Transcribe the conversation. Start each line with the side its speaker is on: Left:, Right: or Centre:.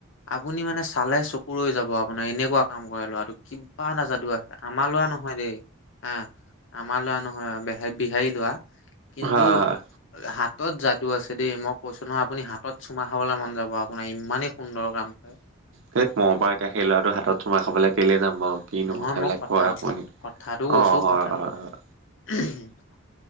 Left: আপুনি মানে চালে চকু ৰৈ যাব আপোনাৰ, এনেকুৱা কাম কৰে ল'ৰাটো। কিবা না যাদু আছে আৰু আমাৰ ল'ৰা নহয় দেই। আহ, আমাৰ ল'ৰা নহয় বিহাৰী ল'ৰা। কিন্তু
Right: হয় হয়
Left: হাতত যাদু আছে দেই, মই কৈছোঁ নহয় আপুনি হাতত চুমা খাবলৈ মন যাব। আপোনাৰ ইমানেই সুন্দৰ কাম কৰে।
Right: সেই কৰ পৰা এতিয়া ল'ৰাটো হাতত চুমা খাবলৈ কেলেই যাম বাৰু। কিনো
Left: নহয়
Right: কথাবিলাক
Left: মই কথা
Right: কয় আপুনিও। অ,
Left: কথাটো কৈছো
Right: হয়,
Left: কথাটো
Right: হয় হয়।
Left: <inaudible>